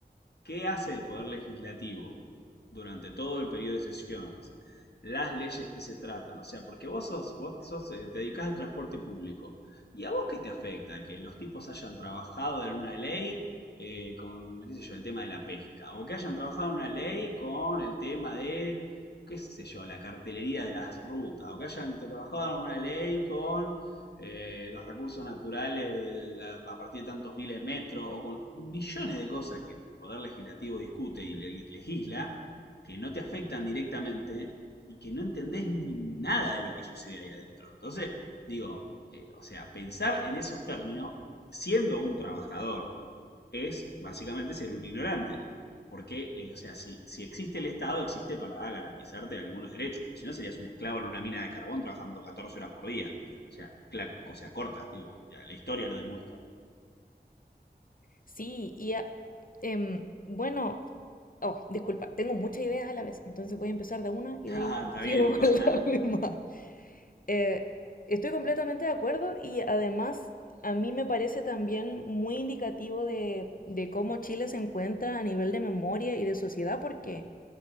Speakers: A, on the left; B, on the left.
A: ¿Qué hace el Poder Legislativo durante todo el periodo de sesiones? Las leyes que se tratan, o sea, porque vos sos, vos sos, eh, te dedicás al transporte público. ¿Y a vos qué te afecta? Que los tipos hayan trabajado en una ley eh, con, qué sé yo, el tema de la pesca, o que hayan trabajado en una ley con el tema de, qué sé yo, la cartelería de las rutas, o que hayan trabajado en una ley con eh, los recursos naturales a, a partir de tantos miles de metros, o con millones de cosas que el Poder Legislativo discute y le- legisla, que no te afectan directamente y que no entendés ni nada de lo que sucede ahí adentro. Entonces, digo, eh, o sea, pensar en esos términos, siendo un trabajador, es básicamente ser un ignorante. Porque, eh, o sea, si, si existe el Estado, existe para garantizarte algunos derechos, porque si no serías un esclavo en una mina de carbón trabajando 14 horas por día. O sea, cosa corta, digo, la historia lo demuestra.
B: Sí, y a- em, bueno, oh, disculpa, tengo muchas ideas a la vez, entonces voy a empezar de una y
A: <laughs>
B: de
A: Ah,
B: ahí
A: está
B: sigo
A: bien, no
B: <laughs>
A: pasa
B: con
A: nada.
B: la misma. Eh, estoy completamente de acuerdo y además a mí me parece también muy indicativo de, de cómo Chile se encuentra a nivel de memoria y de sociedad porque